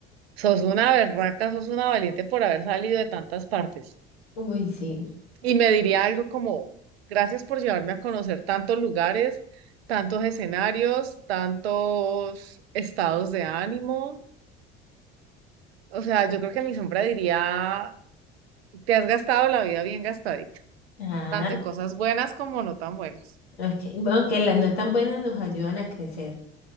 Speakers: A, on the right (about 70°); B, on the left (about 75°).
A: sos una berraca, sos una valiente por haber salido de tantas partes.
B: Uy, sí.
A: Y me diría algo como, gracias por llevarme a conocer tantos lugares, tantos escenarios, tantos estados de ánimo. O sea, yo creo que mi sombra diría, te has gastado la vida bien gastadita,
B: Ah,
A: tanto en cosas buenas como no tan buenas.
B: ok. Aunque las no tan buenas nos ayudan a crecer.